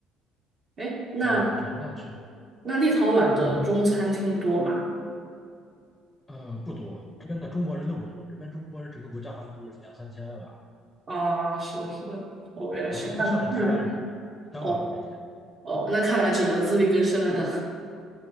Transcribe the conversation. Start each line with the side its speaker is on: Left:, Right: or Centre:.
Right: 哎，那
Left: 哦，对，那确实。
Right: 那立陶宛的中餐厅多吗？
Left: 呃，不多，这边的中国人都不多，这边中国人整个国家好像就是两三千吧，
Right: 啊，是的，是的。哦，原来是这样。
Left: 还还算是台湾人、
Right: 嗯，
Left: 香港人这些。
Right: 哦哦，那看来只能自力更生了呢。